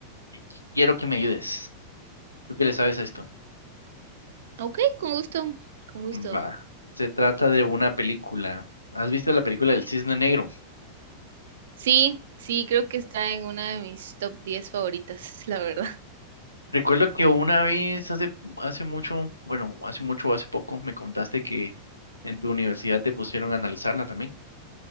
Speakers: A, on the left; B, on the right.
A: y quiero que me ayudes. ¿Tú qué le sabes a esto?
B: Ok, con gusto, con gusto.
A: Va, se trata de una película. ¿Has visto la película del Cisne Negro?
B: Sí, sí, creo que está en una de mis top 10 favoritas, la verdad. <laughs>
A: Recuerdo que una vez hace, hace mucho, bueno, hace mucho o hace poco me contaste que en tu universidad te pusieron a analizarla también.